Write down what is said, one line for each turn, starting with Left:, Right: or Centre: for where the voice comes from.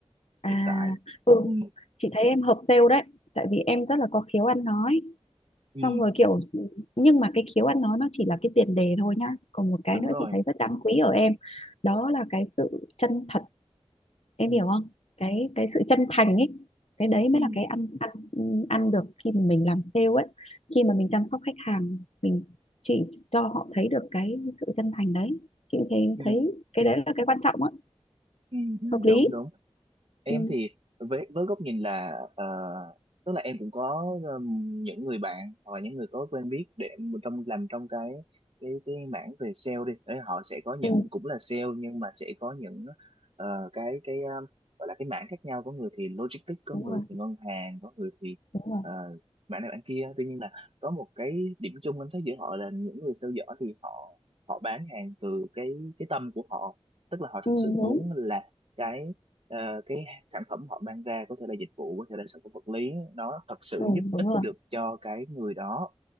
Left: À,
Right: hiện tại.
Left: ừ,
Right: Ừ,
Left: chị thấy em hợp sale đấy, tại vì em rất là có khiếu ăn nói.
Right: ừ,
Left: Xong rồi kiểu nhưng mà cái khiếu ăn nói nó chỉ là cái tiền đề thôi nhá. Còn một cái
Right: đúng
Left: nữa
Right: rồi.
Left: chị thấy rất đáng quý ở em, đó là cái sự chân thật, em
Right: Ừ,
Left: hiểu không? Cái cái sự chân thành ấy. Cái đấy mới
Right: ừ,
Left: là cái ăn ăn ăn được khi mà mình làm sale ấy, khi mà mình chăm sóc khách hàng, mình chỉ cho họ thấy được cái sự chân thành đấy. Chị thấy
Right: ừ.
Left: thấy cái đấy là cái quan trọng á,
Right: Ừ, ừ,
Left: hợp lý.
Right: đúng đúng em
Left: Ừ,
Right: thì với với góc nhìn là ờ, tức là em cũng có ừm, những người bạn hoặc là những người có quen biết để trong làm trong cái cái cái mảng về sale đi Đấy, họ sẽ có những
Left: ừ,
Right: cũng là sale nhưng mà sẽ có những ờ, cái cái ờ, gọi là cái mảng khác nhau có người thì logistics có
Left: đúng
Right: người
Left: rồi,
Right: thì ngân hàng có người thì
Left: đúng rồi.
Right: ờ, mảng này mảng kia tuy nhiên là có một cái điểm chung em thấy giữa họ là những người sale giỏi thì họ họ bán hàng từ cái cái tâm của họ tức là họ thật
Left: Ừ,
Right: sự
Left: đúng.
Right: muốn là cái ờ, cái sản phẩm họ mang ra có thể là dịch vụ có thể là sản phẩm vật lý nó thật sự
Left: Ừ,
Right: giúp
Left: đúng
Right: ích
Left: rồi
Right: được cho cái người đó